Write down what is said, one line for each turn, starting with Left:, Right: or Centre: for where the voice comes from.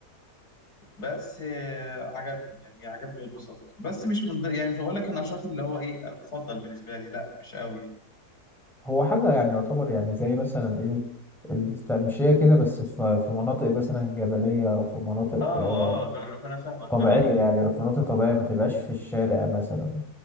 Left: بس آه، عجبني يعني عجبني واتبسطت بس مش من ضمن- يعني مش هقول لك النشاط اللي هو ايه المفضل بالنسبه لي لا مش قوي يعني
Centre: هو حاجه يعني يعتبر يعني زي مثلا ايه التمشيه كده بس في في مناطق مثلا جبليه او في مناطق
Left: اه
Centre: آه،
Left: اه جرب انا فاهمك
Centre: طبيعيه
Left: فاهمك
Centre: يعني في مناطق طبيعيه ما تبقاش في الشارع مثلا